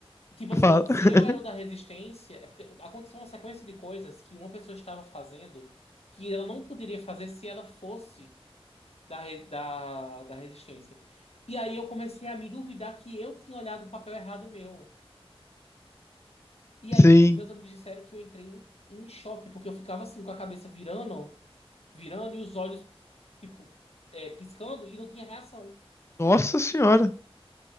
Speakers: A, on the left; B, on the left.
A: tipo assim,
B: fala.
A: se
B: <laughs>
A: eu era o da Resistência, é porque aconteceu uma sequência de coisas que uma pessoa estava fazendo que ela não poderia fazer se ela fosse. da, re- da, da Resistência. E aí eu comecei a me duvidar que eu tinha olhado o papel errado meu. E
B: Sim.
A: aí meus amigos disseram que eu entrei em, em choque, porque eu ficava assim com a cabeça virando, virando e os olhos, tipo, é, piscando e não tinha reação.
B: Nossa senhora.